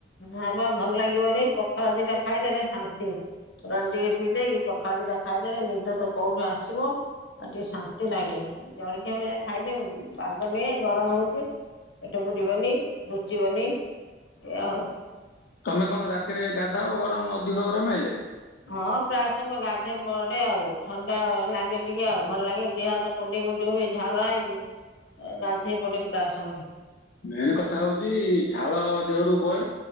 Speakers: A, on the left; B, on the left.
A: ହପ ଭଲ ଲାଗିବନି ପଖରା ଦିଟା ଖାଇଦେଲେ ଶାନ୍ତି। ଟିକେ ପିଇ ଦେଇକି ପଖାଳ ଦିଟା ଖାଇଦେଲେ ନିଦ ତ କୋଉଠୁ ଆସିବ। ଆଉ ଟିକେ ଶାନ୍ତି ଲାଗେ ଜଳଖିଆ ଭଳିଆ ଖାଇଲେ ପାଗ ନୁହେଁ ଗରମ ହଉଛି। ପେଟ ପୁରିବନି ରୁଚିବନି ଏମିତି ଆଉ।
B: ତମେ କଣ ରାତିରେ ଗାଧାଅ ଗରମ ଅଧିକ ଗରମ ହେଲେ
A: ହଁ ପ୍ରାୟ ସମୟ ଗାଧେ ପଡେ ଆଉ ଥଣ୍ଡା ଲାଗେ ଟିକେ ଆଉ ଭଲ ଲାଗେ ଦେ ହାତ କୁଡି ଡି ହୁଏ ଝାଳୁ ହେଇକି ଗାଧେଇ ପଡେ ପ୍ରାୟ ସମୟରେ।
B: ମେନ କଥା ହଉଛି ଝାଳ ଦେହରୁ ବୁଏ।